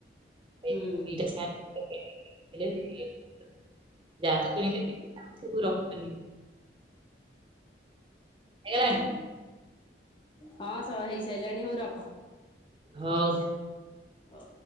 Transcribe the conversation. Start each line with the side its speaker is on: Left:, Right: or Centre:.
Right: ହେଇ
Left: ହୁଁ
Right: ନଥିଲା ସେଇ ଥିରେ ଦିଟା ସାର୍ଟ ପେଣ୍ଟ୍ କରିଥିଲେ ଯେ <unintelligible> ଯାହା ତ କିଣିଲି ପିନ୍ଧିଲି ମୁଁ ରଖୁନି ହେଇଗଲାଣି
Left: ହୁଁ ହଁ ସବୁ ହେଇସାରିଲାଣି ହଉ ରଖ
Right: ହଉ
Left: ହଁ